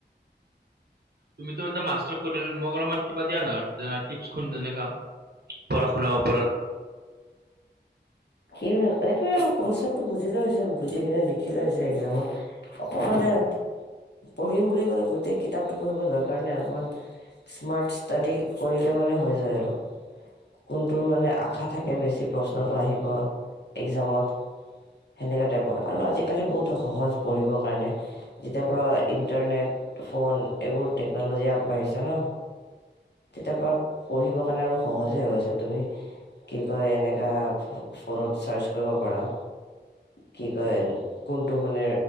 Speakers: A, on the right (about 60°); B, on the left (about 70°).
A: তুমিতো এটা মাষ্টাৰ কৰিল মোক অলপমান কিবা- দিয়া না টিপছখন যেনেকা পঢ়া -শুনা উপৰত
B: কিনো সেইটোৱে আৰু কনচেপ্টটো বুজিলে হৈছে বুজি কিনে লিখিলে হৈছে একজামত। অক মানে পঢ়িম বুলি ক'লে গোটেই কিতাপটো পঢ়িব দৰকাৰ নাই অকমান। স্মাৰ্ট ষ্টাডি কৰিলে মানে হৈ যায় আৰু। কোনটোৰ মানে আশা থাকে বেছি প্ৰশ্নটো আহিব একজামত। সেনেকুৱা টাইপৰ আৰু আজিকালি বহুত সহজ পঢ়িবৰ কাৰণে। যেতিয়াৰ পৰা ইণ্টাৰনেট ফোন এইবোৰ টেকন'লজি আগবাঢ়িছা ন। তেতিয়াৰ পৰা পঢ়িব কাৰণে আৰু সহজে হৈ গৈছে তুমি কি কয় এনেকা ফোনত চাৰ্চ কৰিব পাৰা। কি কয় কোনটো মানে।